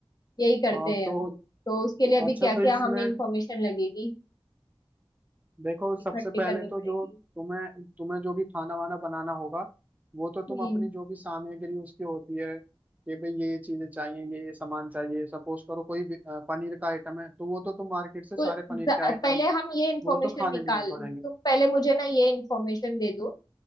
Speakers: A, on the left (about 45°); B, on the right (about 15°).
A: यही करते
B: हाँ
A: हैं
B: तो
A: हम तो उसके लिए अभी
B: अच्छा
A: क्या
B: तो
A: क्या
B: इसमें
A: हमें इंफॉर्मेशन लगेगी
B: देखो सबसे
A: इकट्ठी
B: पहले
A: करनी
B: तो
A: पड़ेगी
B: जो तुम्हें तुम्हें जो भी खाना वाना बनाना होगा वो तो तुम
A: हम्म
B: अपनी जो भी सामग्री उसकी होती है कि भाई ये ये चीजें चाहिए ये ये सामान चाहिए सपोज करो कोई भी, अ, पनीर का आइटम है तो वो तो तुम मार्केट से सारे
A: तो
B: पनीर
A: ज-
B: के आइटम
A: पहले हम ये इंफॉर्मेशन
B: वो तो खाने
A: निकाल
B: भी नहीं पड़ेंगे
A: तुम पहले मुझे ना ये इंफॉर्मेशन दे दो